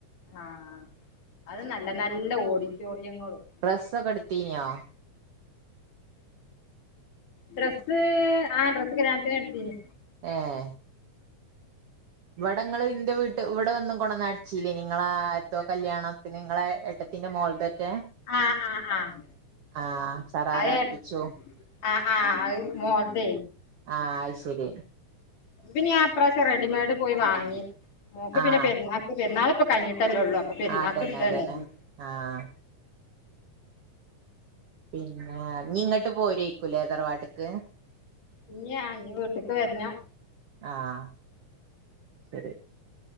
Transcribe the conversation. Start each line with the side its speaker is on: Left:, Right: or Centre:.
Left: ആഹ് അത് നല്ല നല്ല ഓഡിറ്റോറിയങ്ങളും
Right: ഡ്രസ്സൊക്കെടുത്തീനിയോ
Left: ഡ്രസ് ആഹ് ഡ്രസ് കല്യാണത്തിന് ഇടുത്തീന്
Right: ഏഹ് ഇവിടെ നിങ്ങള് ഇന്റെ വീട്ട് ഇവിടെ വന്ന് കൊടുന്നടിച്ചില്ലേ നിങ്ങള എതോ കല്യാണത്തിന് നിങ്ങളെ എട പിന്നെ മോൾതറ്റ
Left: ആഹ് ആഹ് ആഹ്
Right: ആഹ് സറാറ
Left: അത്
Right: അടുപ്പിച്ചു
Left: ആഹ് ആഹ് അത് മോളത
Right: ആഹ് അയ്ശരി
Left: അപ്പപിന്ന്യാപ്രാശ്യം റെഡിമെയ്ഡ് പോയി വാങ്ങി മോക്ക്
Right: ആഹ്
Left: പിന്നെ പെരുന്നാക്ക് പെരുന്നാളിപ്പ കഴിഞ്ഞിട്ടല്ലേള്ളൂ. പെരുന്നാകിടുത്തണ്ടായിരുന്നു
Right: അതന്നെ അതന്നെ ആഹ് പിന്നെ ഇങ്ങോട്ട് പോരേക്കൂലേ തറവാട്ടിക്ക്
Left: ഇല്ല ഇന്നി വീട്ടേക്ക് വരണം
Right: ആഹ് ശരി